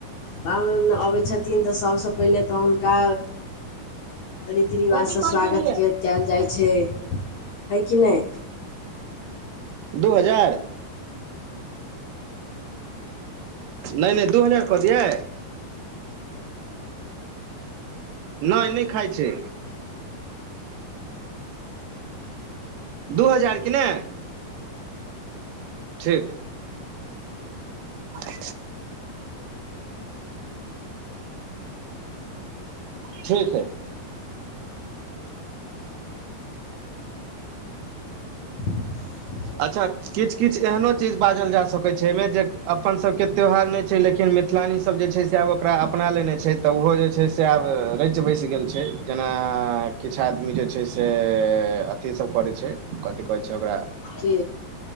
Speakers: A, on the left; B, on the right.
A: पाहुन अबै छथिन तऽ सभसँ पहिले तऽ हुनका रीति रिवाजसँ
B: कथी कहै
A: स्वागत
B: छलियै
A: कयल जाइ छै हइ की नय
B: दू हजार नय नय दू हजार कऽ दियै नइ नइ खाई छै दू हजार की ने ठीक हइ अे <inaudible> ठीक हय
A: <unintelligible>
B: अच्छा किछ किछ एहनो चीज बाजल जा सकैत छै एहिमे जे अपन सबके त्यौहार नहि छै लेकिन मिथलानी सब जे छै से आब ओकरा अपना लेने छै तऽ ओहो जे छै से आब रचि बसि गेल छै जेना किछ आदमी जे छै से अथीसब करै छै कथ कहै छै ओकरा
A: के